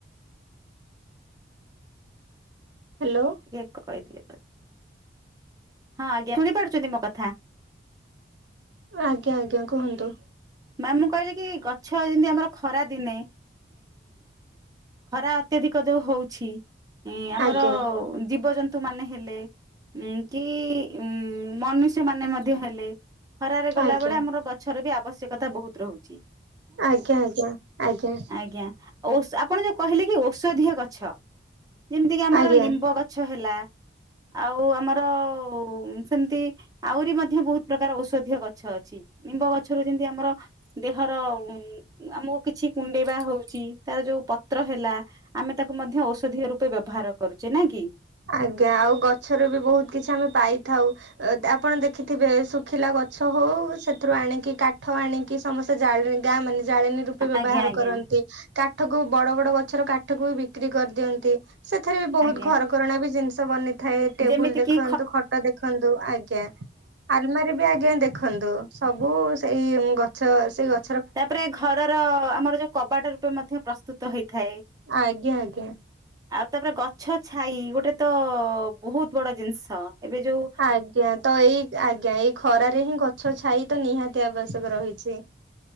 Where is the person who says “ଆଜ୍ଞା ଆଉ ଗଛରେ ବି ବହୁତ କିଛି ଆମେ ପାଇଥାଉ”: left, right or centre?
Right